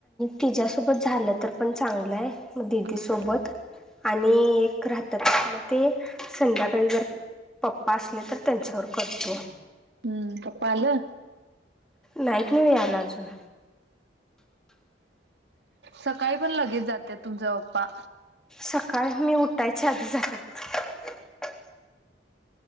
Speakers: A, in the centre; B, on the right.
A: तिच्या सोबत झालं तर पण चांगलंय. मग दिदी
B: हम्म
A: सोबत आणि एक राहात मग ते संध्याकाळी जर पप्पा असले तर त्यांच्यावर करतो.
B: हम्म पप्पा आलं?
A: नाहीत नव याला अजून.
B: सकाळी पण लगेच जाते तुमचा पप्पा.
A: सकाळ मी उठायच्या आधी जातात.